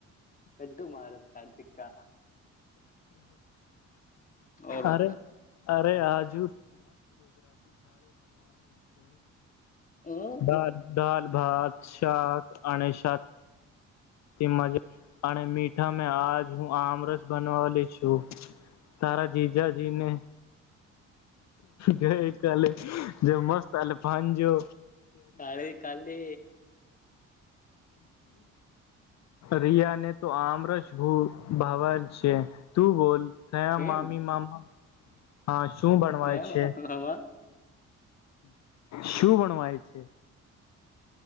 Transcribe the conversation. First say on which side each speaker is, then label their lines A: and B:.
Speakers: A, on the left; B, on the left.
A: લે તુ માર કાર્તિક કા ઓર બતા
B: અરે અરે આજ
A: હું
B: દાલ દાલ ભાત શાક અને શાક મજા પણ મીઠા મે આજ હું આમરસ બનાવાલી છું તારા જીજાજીને ગઈ કાલે જો મસ્ત એટલે ભાંજો
A: તારે કાલે
B: રીયા ને તો આમરસભૂ ભાવલ છે તું બોલ? ક્યા
A: એમ
B: મામી મામા હા. શું બણવાય
A: નયામાં
B: છે? શું ભણવાય છે?